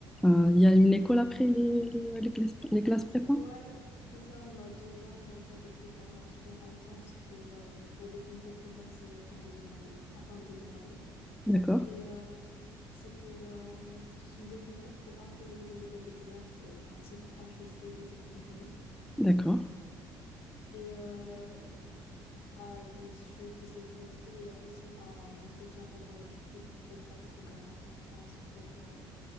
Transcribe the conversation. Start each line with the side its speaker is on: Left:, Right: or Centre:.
Centre: Euh, Il y a une école après les, les, les classes, les classes prépa?
Left: Ouais, c'est ça, on a deux ans, on va dire, de préparation intense pour, euh, pour des concours qu'on passe euh, en deuxième année, enfin en deuxième année.
Centre: D'accord.
Left: Et euh, c'est pour, euh, ce sont des concours pour intégrer des écoles de commerce, euh, enfin type HEC, ESSEC et compagnie.
Centre: D'accord.
Left: Et, euh, À l'issue de ces concours, il y a aussi un entretien oral du coup qu'on passe également en France pour, euh,